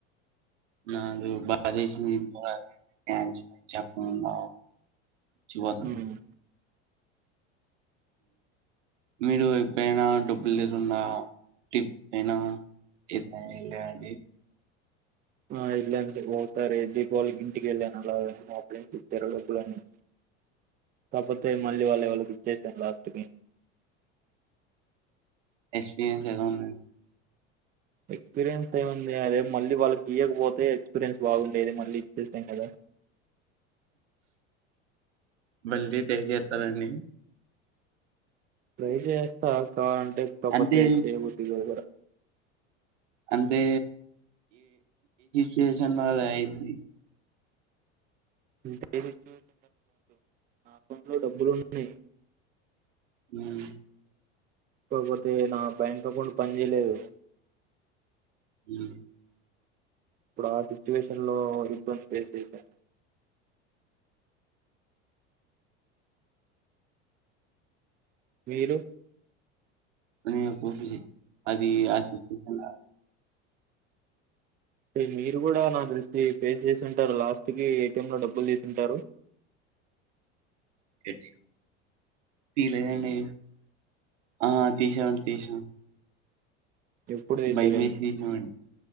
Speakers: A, on the right; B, on the right.
A: నాది బాగా దిసింది ఇంపాల్ యంచు చెప్పకుడా చ్చి వచన్
B: ఉమ్
A: మీరు ఎపుడైనా డబ్బులు లేకుండా టిప్ అయినా ఏతే అన్ లేవండి
B: ఆ ఇల్లు అంతే ఒకసారి దీపావళి ఇంటికి వెళ్ళాను అలాగనే మాపూలెన్స్ ఇచ్చారు డబ్బులు అన్ని కాకపోతే మళ్ళీ వాళ్ళాయ్ వాళ్ళకు ఇచ్చేసాను లాస్ట్ కి
A: ఎక్స్పీరియన్స్ ఎలా ఉన్నది
B: ఎక్స్పీరియన్స్ ఏముంది అదే మళ్ళీ వాళ్ళకి ఇయ్యకపోతే ఎక్స్పీరియన్స్ బాగుండేది మళ్ళీ ఇచ్చేస్తాం కదా
A: మళ్ళీ టై చేస్తానండి
B: ట్రై చేస్తా కావాలంటే కాపోతే
A: అంటే
B: చేయబుద్ధిగాదుగూడ
A: అంటే శేషను మనది అయ్యింది
B: ఇంతేసిచ్యువేషన్ కాదు నా అకౌంట్ లో డబ్బులు ఉన్నాయి
A: ఉన్నా
B: కాకపోతే నా బ్యాంక్ అకౌంట్ పని చేయలేదు
A: ఉన్నా
B: ఇప్పుడు ఆ సిచ్యువేషన్ లో ఇబ్బంది ఫేస్ చేశా మీరు
A: అది ఆ పోతుంది అది ఆశు ఊకుల్ల
B: మీరు కూడా నాకు తెలిసి పేస్ చేసి ఉంటారు లాస్ట్ కి ఏటీఎం లో డబ్బులు తీసింటారు
A: ఏటి తీయలేదు అండి ఆ తీసా అండి తీసా
B: ఎప్పుడు తీసారేమో
A: బైమేసి తీసినమండి